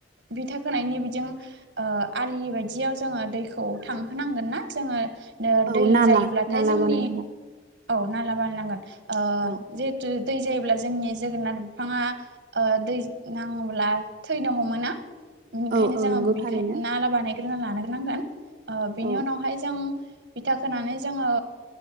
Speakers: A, on the right (about 75°); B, on the right (about 50°).
A: बिथा खोनायनि बिजों ओ आलि बायदियाव जोङो दैखौ थांहोनांगोन ना जोङो
B: औ
A: दै
B: नाला
A: जायोब्लाथाय
B: नाला
A: जोंनि
B: बानायनांगोन
A: औ नाला बानायनांगोन ओ
B: औ
A: जिहेथु दै जायोब्ला जोंनि जोगोनार बिफाङा दै नाङोब्ला थैनो हमो ना। बेनिखायनो
B: औ औ
A: जोङो
B: नंगौ
A: बेखायनो
B: थारैनो
A: नाला बानायग्रोना लानो नांगोन बेनि
B: औ
A: उनावहाय जों बिथा खोनानै जोङो